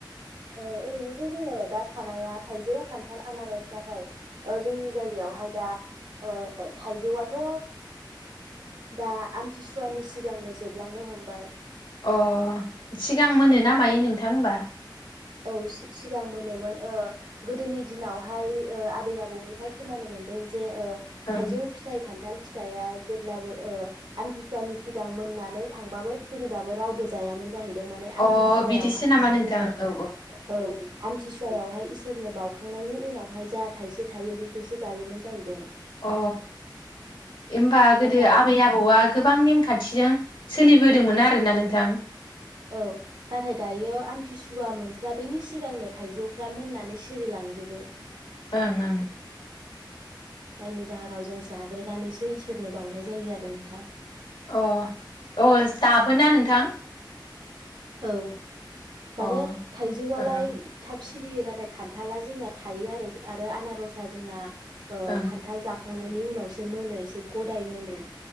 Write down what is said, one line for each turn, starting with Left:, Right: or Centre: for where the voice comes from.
Right: ओ ओरैनोथ जोङो दा थानाया थाइजौ, खान्थाल, आनारस नाथाय ओ जोंनि जायगायावहाय दा ओ थाइजौआथ दा आमथिसुवानि सिगांनो जोबलांनो हमबाय।
Left: अ सिगां मोनोना मायो नोंथां होमबा?
Right: औ सि-सिगां मोनोमोन ओ गोदोनि दिनावहाय ओ आबै आबौनिफ्राय खोनानो मोनदों जे ओ
Left: ओं
Right: थाइजौ फिथाइ खान्थाल फिथाइआ जेब्लाबो ओ आमथिसुवानि सिगां मोननानै थांबाबो सिरिबाबो रावबो जायामोन जाहैदों माने आमथिसुवायावहाय
Left: अ बिदिसो नामा
Right: सोरनो
Left: नोंथां औ
Right: औ आमथिसुवायावहाय इसोरनो बावखांनायनि उनावहाय जा थाइसे थायो बेखौसो जायोमोन जाहैदों।
Left: अ ओमबा गोदो
Right: नाथाय
Left: आबै आबौआ गोबां नेमखान्थिजों सोलिबोदोंमोन आरोना नोंथां।
Right: औ नाथाय दायो आमथिसुवा मोनस्लाबैनि सिगांनो थाइजौफ्रा मोननानै सिरिलांजोबो।
Left: ओं ओं
Right: जायनि जाहोनाव जों जाग्रोनानैसै इसोरनो बावनाय जायो आरो नोंथां।
Left: अ अ दाबोना नोंथां
Right: औ माने
Left: अ ओं
Right: थाइजौआलाय
Left: ओं
Right: थाब सिरियो नाथाय खान्थाला जोंना थायो आरो आरो आनारसआ जोंना ओ
Left: ओं
Right: खान्थाल जा खांनायनि उनावसो मोनो इसे गदाय मोनो।